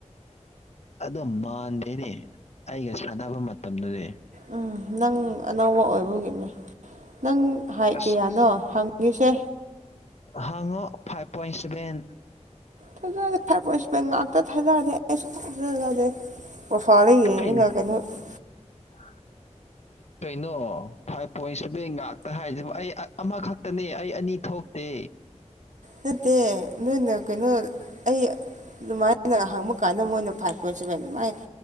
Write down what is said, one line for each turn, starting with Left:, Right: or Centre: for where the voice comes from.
Left: ꯑꯗꯣ ꯃꯥꯟꯗꯦꯅꯦ ꯑꯩꯒ ꯁꯥꯟꯅꯕ ꯃꯇꯝꯗꯗꯤ
Right: ꯎꯝ ꯅꯪ ꯑꯅꯧꯕ ꯑꯣꯏꯕꯒꯤꯅꯦ ꯅꯪ ꯍꯥꯏꯠ
Left: ꯑꯁ
Right: ꯀꯌꯥꯅꯣ ꯍꯪꯉꯤꯁꯦ
Left: ꯍꯉꯣ ꯐꯥꯏꯚ ꯄꯣꯏꯟ ꯁꯚꯦꯟ
Right: ꯐꯖꯅ ꯐꯥꯏꯚ ꯄꫭꯏꯟ ꯁꯕꯦꯟ ꯉꯥꯛꯇ ꯊꯥꯅꯔꯗꯤ ꯑꯩꯁꯨ ꯊꯥꯖꯗꯦ <unintelligible>
Left: ꯄꯣꯏꯟ <unintelligible> ꯀꯩꯅꯣ ꯐꯥꯏꯚ ꯄꯣꯏꯟ ꯁꯚꯦꯟ ꯉꯥꯛꯇ ꯍꯥꯏꯁꯤꯕ ꯑꯩ ꯑꯃꯈꯛꯇꯅꯦ ꯑꯩ ꯑꯅꯤ ꯊꯣꯛꯇꯦ
Right: ꯅꯠꯇꯦ ꯅꫭꯏꯅ ꯀꯩꯅꯣ ꯑꯩ ꯑꯗꯨꯃꯥꯏꯅ ꯍꯪꯕ ꯀꯥꯟꯗ ꯃꯣꯏꯅ ꯐꯥꯏꯚ ꯄꯣꯏꯟ ꯁꯚꯦꯟ ꯑꯗꯨꯃꯥꯏꯅ